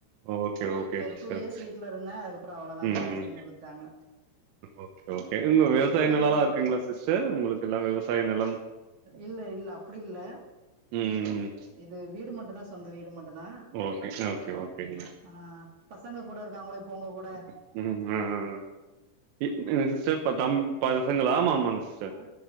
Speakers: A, on the right; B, on the right.
A: ஓகே ஓகே
B: ஒரு
A: சிஸ்டர்
B: டூ ஈயர்ஸ் வீட்ல இருந்த அது அப்றோ அவ்ளோதா
A: ம்
B: மேரேஜ்
A: ம்
B: பண்ணி குடுத்டாங்க
A: ஓகே ஓகே உங்க விவசாய
B: கூட
A: நிலம்ல்லா
B: பொற
A: இருக்குங்களா சிஸ்டர் உங்களுக்கு எல்லா விவசாய நிலம்
B: இல்ல இல்ல அப்டி இல்ல
A: ம் ம்
B: இது வீடு மட்டுதா சொந்த வீடு மட்டுதா
A: ஓகே ஓகே ஓகேங்க
B: ஆ பசங்க கூட இருக்காங்களோ இப்போ உங்க கூட
A: ம் ம் அ அ எங் எங்க சிஸ்டர் பா தம் பசங்களா ஆமா ஆமாங்க சிஸ்
B: ஆ